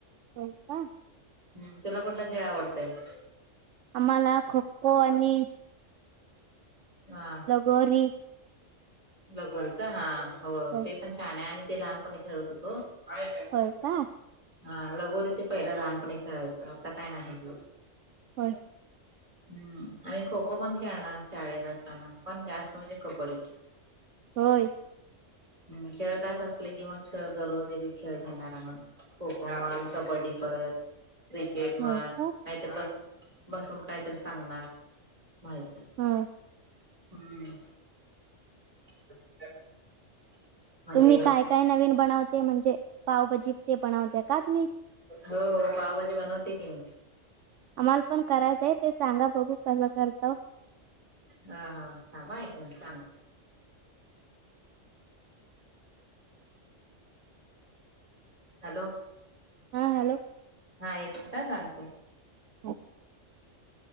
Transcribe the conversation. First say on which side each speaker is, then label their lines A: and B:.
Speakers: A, on the right; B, on the right.
A: हो का
B: हम्म तुला कुठला खेळ आवडतय? <inaudible>
A: आ मला खो- खो आणि
B: हा
A: गोरी
B: लगोर का हा हो
A: होय
B: ते पण छान आहे आम्ही ते लहानपणी खेळत होतो <unintelligible>
A: होय का
B: हा लगोरी ते पहिला लहानपणी खेळायचं आता काय नाही ल
A: होय
B: हम्म आम्ही खो- खो पण खेळणार शाळेत असताना पण जास्त म्हणजे कबड्डीच
A: होय
B: हम्म खेळत तास असल की मग सर दररोज एक-एक खेळ घेणार आम्हाला खो- खो म्हण कबड्डी परत क्रिकेट म्हण
A: होय का
B: <inaudible> नाहीतर बस- बसून काहीतर सांगणार माहितीये
A: ह
B: हम्म... <inaudible> म्हणजे
A: तुम्ही काय काय नवीन बनवते म्हणजे पावभजी ते बनवते का तुम्ही
B: हो हो पावभाजी बनवते की मी
A: आम्हाला पण करायचंय ते चांगा बघू कसं करतं
B: हा हा थांबा एक न चांगत हॅलो
A: हा हॅलो
B: हा एक मिनटा सांगते
A: होम